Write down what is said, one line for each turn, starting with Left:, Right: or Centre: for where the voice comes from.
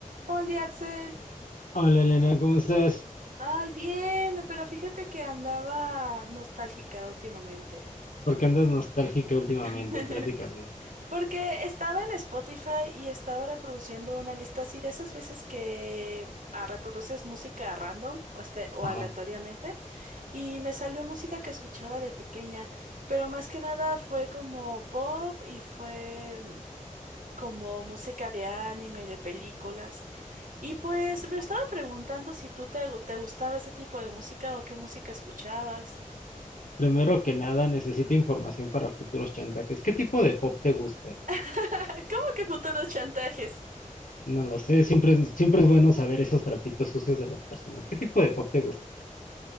Right: Hola Axel,
Left: Hola Elena, ¿cómo estás?
Right: ay bien, pero fíjate que andaba nostálgica últimamente.
Left: ¿Por qué andas nostálgica últimamente?
Right: <laughs>
Left: Platícame.
Right: Porque estaba en Spotify y estaba reproduciendo una lista así de esas veces que ah, reproduces música random o, este, o
Left: Ajá.
Right: aleatoriamente y me salió música que escuchaba de pequeña, pero más que nada fue como pop y fue mm, como música de anime y de películas. Y pues me estaba preguntando si tú te, te gustaba ese tipo de música o qué música escuchabas.
Left: Primero que nada, necesito información para futuros chantajes. ¿Qué tipo de pop te gusta?
Right: <laughs> ¿Cómo que futuros chantajes?
Left: No lo sé, siempre es, siempre es bueno saber esos trapitos sucios de las personas. ¿Qué tipo de pop te gusta?